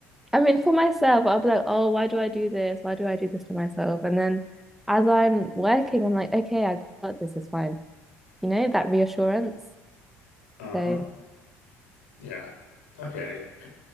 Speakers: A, in the centre; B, on the left.
A: I mean, for myself, I'll be like, oh, why do I do this? Why do I do this to myself? And then as I'm working, I'm like, okay, I got this, it's fine. You know, that reassurance.
B: Uh-huh.
A: So,
B: Yeah. Okay. C-